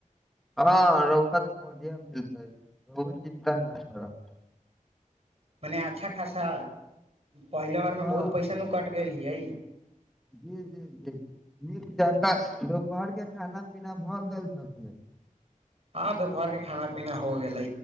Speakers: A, in the centre; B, on the right (about 50°).
A: हँ रहुआत बढ़िया मिलता है र चिन्ता न करऽ
B: मने अच्छा खासा पहिले बार मे
A: हँ
B: बहुत पैसन नकटि गेलियै
A: जी जी जी नीक जकाँ दुपहर के खाना पीना भऽ गेल तखने
B: हँ दोपहर के खाना पीना हो गेलै